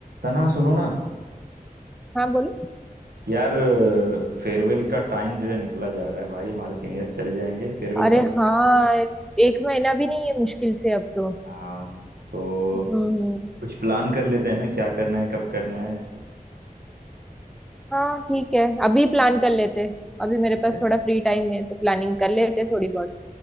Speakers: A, on the right; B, in the centre.
A: तना सुनो ना
B: हाँ बोलो
A: यार फेयरवेल का टाइम जो है निकला जा रहा है भाई हमारे सीनियर्स चले जाएंगे फेयरवेल
B: अरे
A: कब देंगे
B: हाँ एक महीना भी नहीं है मुश्किल से अब तो
A: हाँ तो
B: हम्म
A: कुछ प्लान कर लेते हैं ना क्या करना है कब करना है
B: हाँ ठीक है अभी प्लान कर लेते अभी मेरे
A: ठीक
B: पास
A: है
B: थोड़ा फ्री टाइम है तो प्लानिंग कर लेते थोड़ी बहुत